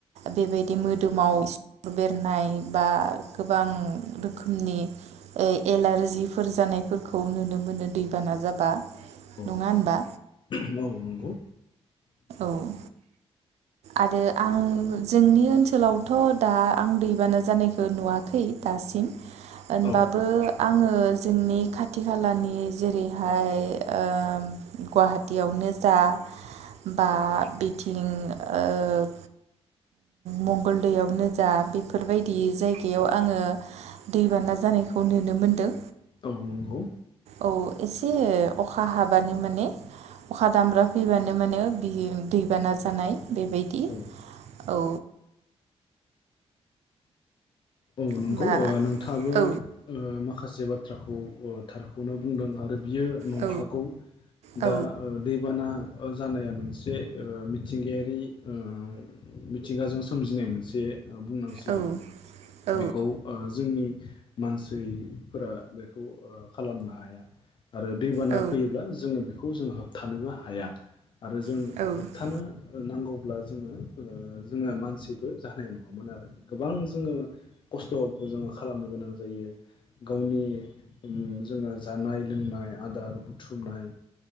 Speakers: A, on the right; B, on the left.
A: बेबायदि मोदोमाव <unintelligible> बेरनाय बा गोबां रोखोमनि ए एलारजिफोर जानायफोरखौ नुनो मोनो दैबाना जाबा नङा
B: औ नंगौ
A: होनबा?
B: औ नंगौ।
A: औ आरो आं जोंनि ओनसोलावथ' दा आं दैबाना जानायखौ नुवाखै दासिम। होनबाबो
B: औ
A: आङो जोंनि खाथि खालानि जेरैहाय ओ गुवाहाटीयावनो जा बा बि थिं ओ मंगलदैयावनो जा बेफोरबायदि जायगायाव आङो दैबाना जानायखौ नुनो मोनदों।
B: औ नंगौ
A: ओ औ एसे अखा हाबानो माने अखा दामब्रा फैबानो माने बि दैबाना जानाय बेबायदि
B: औ
A: औ
B: नंगौ
A: बा
B: नोंथाङाबो
A: औ
B: ओ मा खासे बाथ्राखौ ओ थारखौनो बुंदों आरो बियो नंखागौ
A: औ औ
B: दा दैबाना जानाया मोनसे ओ मिथिंगायारि ओ मिथिंगाजों सोमजिनाय मोनसे बुंनांसिगोन
A: औ औ
B: बेखौ ओ जोंनि मानसैफोरा बेखौ ओ खालामनो हाया आरो दैबाना
A: औ
B: फैयोब्ला जोङो बेखौ जों होबथानोबो हाया। आरो जों
A: औ
B: होबथानो नांगौब्ला जोङो ओ जोङो मानसिबो जानाय नङामोन आरो गोबां जोङो खस्थ'बो जोङो खालामनो गोनां जायो गावनि उङ जोङो जानाय लोंनाय आदार बुथुमनाय